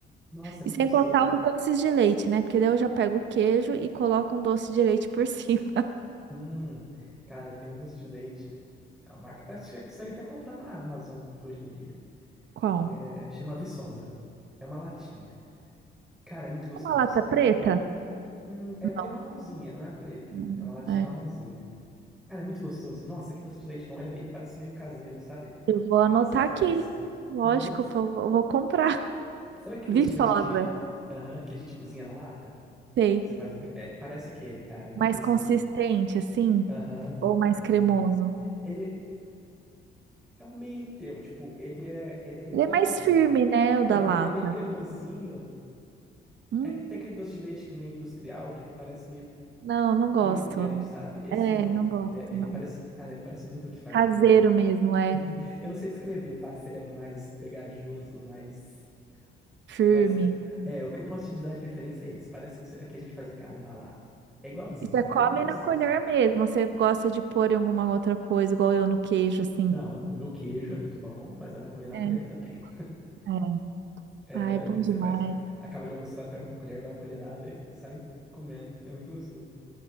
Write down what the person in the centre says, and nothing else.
Nossa, é muito
gostoso.
Hum, cara, tem um doce de leite. A marca. Acho que você consegue até comprar na Amazon hoje em dia.
Que é. Chama Viçosa. É uma latinha. Cara, é muito gostoso.
É, Hum, é
meio marronzinha, não é preta.
É uma latinha marronzinha. Cara, é muito gostoso. Nossa, que doce de leite bom. Ele é meio- parece meio caseiro, sabe?
Aquele
que você faz.
Uhum.
Sabe aquele
doce de leite que, aham, que a gente cozinha na lata?
Que você faz em casa? parece aquele, cara. É muito
gostoso.
Aham,
aham.
Ele é o meio termo, tipo, ele é, ele é bem
cremosinho.
É,
ele é bem cremosinho.
É porque tem aquele doce de leite meio industrial que ele parece meio,
meio brilhante, sabe? Esse
não.
Ele, é- ele
parece, cara, ele parece muito o que faz
em casa.
Eu não sei descrever, tá? Seria mais pegajoso, mais.
Mas é, o que eu posso te dar de referência é esse. Parece o que cê- a que a gente faz em casa, na lata. É igualzinho,
cara,
é muito gostoso.
Não, no queijo é muito bom, mas dá pra comer na
colher também.
É
a melhor
que você
faz. Acaba de almoçar, pega uma colher, dá uma colherada e sai comendo. É muito gostoso.